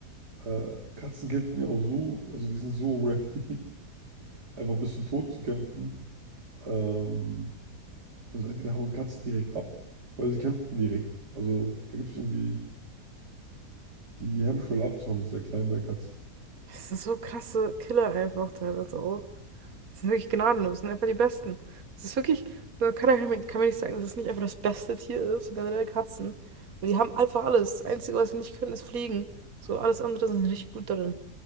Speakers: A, on the right; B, on the right.
A: äh, Katzen kämpfen ja auch so, also die sind so ready, <laughs> einfach bis zum Tod zu kämpfen. Ähm, also entweder hauen Katzen direkt ab oder sie kämpfen direkt. Also da gibt es irgendwie, die Hemmschwelle abzuhauen, ist sehr klein bei Katzen.
B: Das sind so krasse Killer einfach teilweise auch. Die sind wirklich gnadenlos, sind einfach die Besten. Es ist wirklich, man kann, ja- kann man nicht sagen, dass es nicht einfach das beste Tier ist, so generell Katzen. Weil die haben einfach alles. Das Einzige, was sie nicht können, ist fliegen. So, alles andere sind sie richtig gut darin.